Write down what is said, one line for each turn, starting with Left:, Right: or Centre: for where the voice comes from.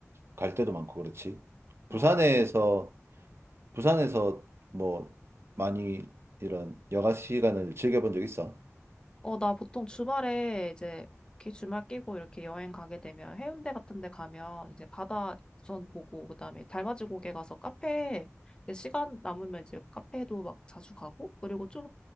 Right: 갈 데도 많고, 그렇지?
Left: 어,
Right: 부산에서 부산에서 뭐 많이 이런 여가 시간을 즐겨본 적 있어?
Left: 어, 나 보통 주말에 이제, 이렇게 주말 끼고 이렇게 여행 가게 되면 해운대 같은 데 가면 이제 바다 우선 보고, 그다음에 달맞이 고개 가서 카페, 이제 시간 남으면 이제 카페도 막 자주 가고, 그리고 좀